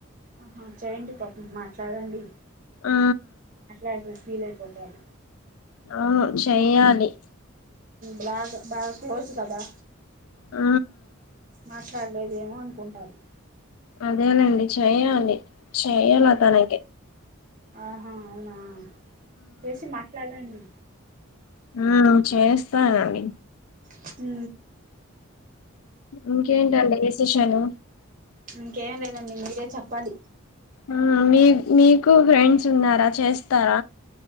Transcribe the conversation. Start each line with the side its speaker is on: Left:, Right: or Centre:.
Right: ఆహా చేయండి పాపం మాట్లాడండి
Left: ఆ
Right: మాట్ల ఫీల్ అయిపోతది
Left: అవును చెయ్యాలి
Right: బ్లాగ్ బాగ క్లోజ్ కదా
Left: ఆ
Right: మాట్లాడలేదేమో అనుకుంటా <unintelligible>
Left: అదేనండి చెయ్యాలి చెయ్యాలే
Right: ఉమ్
Left: తనకి
Right: ఆహా అవునా చేసి మాట్లాడండి
Left: ఆ చేస్తా <unintelligible>
Right: హు
Left: ఇంకేటి అండి విశేషాలు
Right: ఇంకేం లేదండి మీరే చెప్పాలి
Left: ఆ మీ మీకు ఫ్రెండ్స్ ఉన్నారా చేస్తార